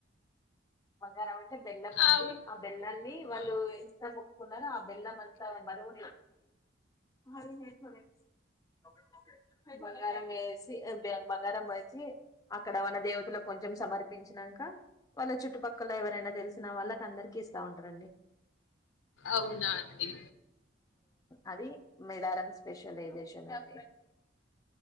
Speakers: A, on the left (about 20°); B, on the left (about 80°).
A: బంగారం అంటే బెల్లం అండి
B: అవును
A: ఆ బెల్లన్ని వాళ్ళు
B: ఆ,
A: ఎంత మొక్కుకున్నారో ఆ బెల్లం అంతా బరువు <unintelligible> బంగారం వేసి వే బంగారం వేసి అక్కడ వన దేవతలకు కొంచెం సమర్పించిన కా వాళ్ళ చుట్టుపక్కల ఎవరైనా తెలిసినా వాళ్ళకి అందరికి ఇస్తా ఉంటారండి
B: అవునా అండి
A: అది మేడారం స్పెషలైజేషన్ అండి